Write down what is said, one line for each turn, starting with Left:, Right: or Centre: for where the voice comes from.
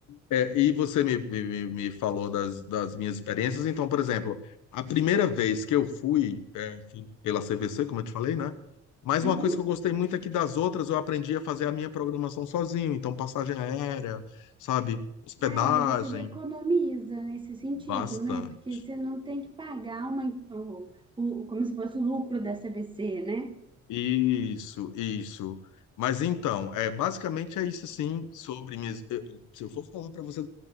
Left: É, e você me, me, me falou das, das minhas experiências. Então, por exemplo, a primeira vez que eu fui é, fui pela CVC, como eu te falei, né? Mas
Right: Uhum.
Left: uma coisa que eu gostei muito é que das outras eu aprendi a fazer a minha programação sozinho. Então, passagem aérea, sabe? Hospedagem,
Right: Ah, é, e você já economiza nesse sentido,
Left: bastante.
Right: né? Porque você não tem que pagar uma, o, o- como se fosse o lucro da CVC, né?
Left: Isso, isso. Mas então, é basicamente é isso assim sobre minhas. eu- Se eu for falar para você,